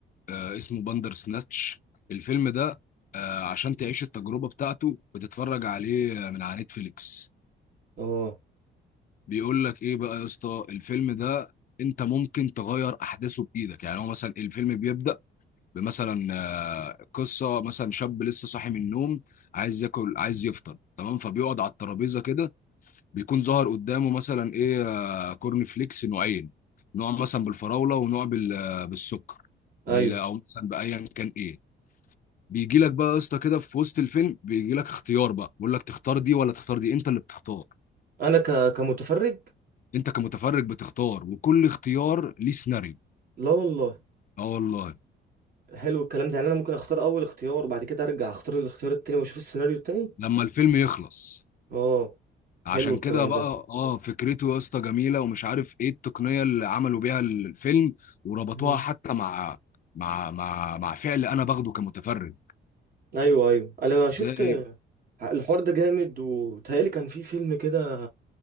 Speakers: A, on the left; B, on the right.
A: آه اسمه باندر سناتش الفيلم ده آه عشان تعيش التجربه بتاعته بتتفرج عليه من على نتفليكس
B: اه
A: بيقول لك ايه بقى يا اسطى الفيلم ده انت ممكن تغير احداثه بايدك يعني هو مثلا الفيلم بيبدا بمثلا آه، قصه مثلا شاب لسه صاحي من النوم عايز ياكل عايز يفطر تمام فبيقعد على الترابيزه كده بيكون ظهر قدامه مثلا ايه آه، كورن فليكس نوعين نوع مثلا بالفراوله ونوع بال- آه، بالسكر
B: ايوه
A: بال او مثلا بايا كان ايه بيجي لك بقى يا اسطى كده في وسط الفيلم بيجي لك اختيار بقى بيقول لك تختار دي ولا تختار دي انت اللي بتختار
B: انا ك... كمتفرج
A: انت كمتفرج بتختار وكل اختيار ليه سيناريو
B: لا والله
A: اه والله
B: حلو الكلام ده يعني انا ممكن اختار اول اختيار وبعد كده ارجع اختار الاختيار التاني واشوف السيناريو التاني
A: لما الفيلم يخلص
B: اه حلو
A: عشان
B: الكلام
A: كده بقى
B: ده
A: اه فكرته يا اسطى جميله ومش عارف ايه التقنيه اللي عملوا بيها الفيلم وربطوها
B: مم.
A: حتى مع مع مع مع فعل انا باخده كمتفرج
B: ايوه ايوه انا شفت
A: ازاي
B: الحوار ده جامد وتهيألي كان في فيلم كده